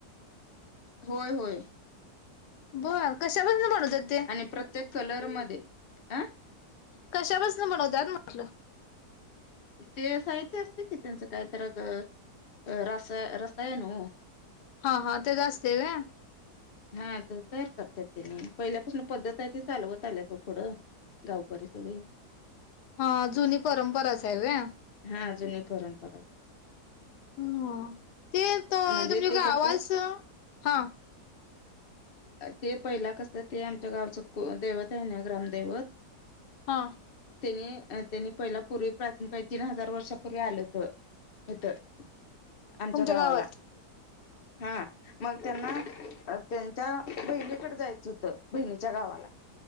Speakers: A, on the left; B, on the left.
A: होय होय.
B: बंर, कशापासनं बनवतेत ते?
A: ते प्रत्येक कलर मधे आ
B: कशापासनं बनवत्यात म्हटलं
A: ते साहित्य असतं कि त्यांचं कायतर अगं रासाय रसायन हो
B: हा हा, त्याचं असतंय व्हय?
A: हा ते तयार करत्यात त्यानी. पहिल्यापासून पद्धत ए ती चालवत आल्यात वो पुढं गावकरी सगळी
B: हा, जुनी परंपराच ए व्हय?
A: हा जुनी परंपरा ए
B: हम्म, ते तो
A: आहे म्हणजे
B: तुमच्या
A: ते
B: गावाचं,
A: कसं
B: हा
A: ते पहिला कसं ते, आमच्या गावचं कु, दैवत ए ना ग्रामदैवत
B: हा.
A: तेनी, त्यांनी पहिला पूर्वी प्राचीन काळी तीन हजार वर्षापूर्वी आलं <unintelligible> हितं, आमच्या
B: तुमच्या
A: गावाला,
B: गावात
A: हा मग त्यांना अ, त्यांच्या बहिणीकड जायचं होतं, बहिणीच्या गावाला